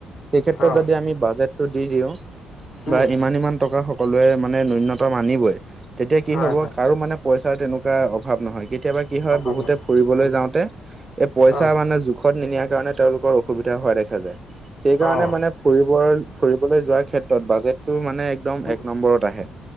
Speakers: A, on the right; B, on the left.
A: সেই ক্ষেত্ৰত
B: অঁ
A: যদি আমি বাজেটটো দি দিওঁ বা
B: উম
A: ইমান-ইমান টকা সকলোৱে মানে নুন্যতম আনিবই তেতিয়া কি
B: হয়
A: হ'ব
B: হয়
A: কাৰো মানে পইচাৰ তেনেকুৱা অভাৱ নহয়। কেতিয়াবা কি হয়
B: অভাৱ
A: বহুতে
B: নহয়
A: ফুৰিব ফুৰিবলৈ
B: উম
A: যাওঁতে এই পইচা
B: অঁ
A: মানে জোখত নিনিয়াৰ কাৰণে তেওঁলোকৰ অসুবিধা হোৱা দেখা যায়। সেই কাৰণে
B: অঁ
A: মানে ফুৰিব ফুৰিবলৈ যোৱাৰ ক্ষেত্ৰত বাজেটো মানে একদম
B: উম
A: এক নম্বৰত আহে।